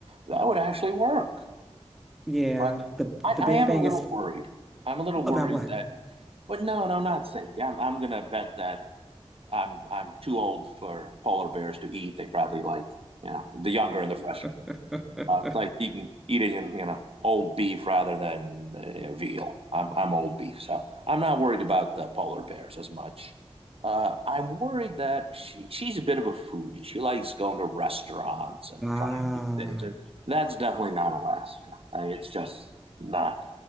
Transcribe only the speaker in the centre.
Yeah.
The
the
big
thing
is
about what?
<laughs> okay.
Ah,